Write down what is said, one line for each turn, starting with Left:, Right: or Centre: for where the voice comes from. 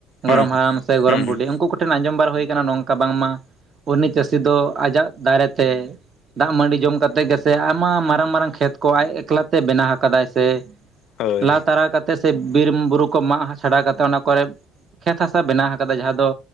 Right: ᱜᱚᱨᱚᱢ
Left: ᱦᱩᱸ
Right: ᱦᱟᱨᱟᱢ ᱥᱮ ᱜᱚᱨᱚᱢ
Left: ᱦᱩᱸ ᱦᱩᱸ
Right: ᱵᱩᱰᱷᱤ ᱩᱱᱠᱩ ᱠᱚᱴᱷᱮᱱ ᱟᱸᱡᱚᱢ ᱵᱟᱨ ᱦᱩᱭ ᱟᱠᱟᱱᱟ ᱱᱚᱝᱠᱟ ᱵᱟᱝᱢᱟ ᱩᱱᱤ ᱪᱟᱹᱥᱤ ᱫᱚ ᱟᱡᱟᱜ ᱫᱟᱨᱮᱛᱮ ᱫᱟᱜ ᱢᱟᱹᱰᱤ ᱡᱚᱢ ᱠᱟᱛᱮ ᱜᱮ ᱥᱮ ᱟᱭᱢᱟ ᱢᱟᱨᱟᱝ ᱢᱟᱨᱟᱝ ᱠᱷᱮᱛ ᱠᱚ ᱟᱡ ᱮᱠᱞᱟᱛᱮ ᱵᱮᱱᱟ ᱟᱠᱟᱫᱟᱭ ᱥᱮ
Left: ᱦᱳᱭ
Right: ᱞᱟ ᱛᱟᱨᱟ ᱠᱟ ᱛᱮ ᱥᱮ ᱵᱤᱨ ᱵᱩᱨᱩ ᱠᱚ ᱢᱟᱜ ᱪᱷᱟᱰᱟ ᱠᱟᱛᱮᱜ ᱚᱱᱟ ᱠᱚᱨᱮ ᱠᱷᱮᱛ ᱦᱟᱥᱟ ᱵᱮᱱᱟ ᱦᱟᱠᱟᱫᱟ ᱡᱟᱦᱟᱸ ᱫᱚ